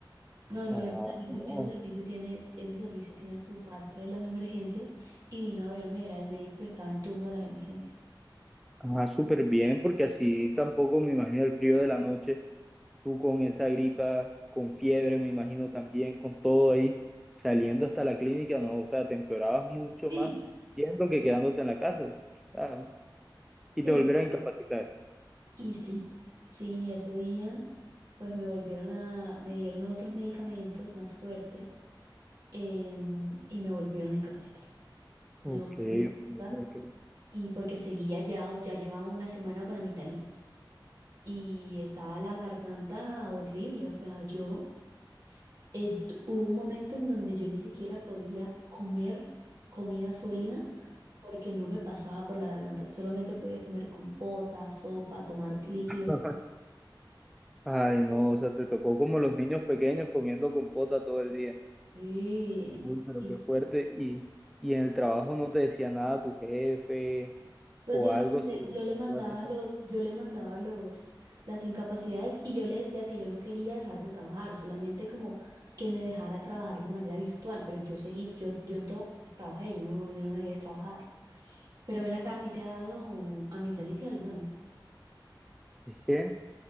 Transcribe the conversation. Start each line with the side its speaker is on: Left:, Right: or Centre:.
Right: no, no,
Centre: ah,
Right: ese servicio,
Centre: no.
Right: ese servicio tiene, ese servicio tiene su parte de las emergencias y vino a verme, era el médico que estaba en turno de las emergencias.
Centre: Ajá, súper bien, porque así tampoco me imagino el frío de la noche, tú con esa gripa, con fiebre, me imagino también, con todo ahí, saliendo hasta la clínica, no, o sea, te empeorabas mucho
Right: Sí,
Centre: más yendo que quedándote en la casa, o sea, y
Right: sí,
Centre: te volvieron a incapacitar.
Right: y sí, sí, ese día pues me volvieron a, me dieron otros medicamentos más fuertes em, y me volvieron a incapacitar.
Centre: Ok,
Right: Me volvieron a
Centre: ok,
Right: capacitar
Centre: ok.
Right: y porque seguía ya, ya llevaba una semana con amigdalitis y estaba la garganta horrible, o sea, yo, eh, tu- hubo un momento en donde yo ni siquiera podía comer comida sólida porque no me pasaba por la garganta, solamente podía comer compota, sopa, tomar líquidos.
Centre: <laughs> Ay, no, o sea, te tocó como los niños pequeños comiendo compota todo el día.
Right: Sí,
Centre: Uy, pero
Right: sí,
Centre: qué fuerte. Y, y en el trabajo no te decía nada tu jefe
Right: Pues
Centre: o
Right: yo
Centre: algo
Right: le mandé-
Centre: sobre
Right: yo le mandaba
Centre: todas esas cantidades.
Right: los, yo le mandaba los, las incapacidades y yo le decía que yo no quería dejar de trabajar, solamente como que me dejara trabajar de manera virtual, pero yo seguí, yo, yo en todo momento trabajé, yo no, yo no dejé de trabajar. Pero ven acá, ¿a ti te ha dado amigdalitis alguna vez?
Centre: Es que,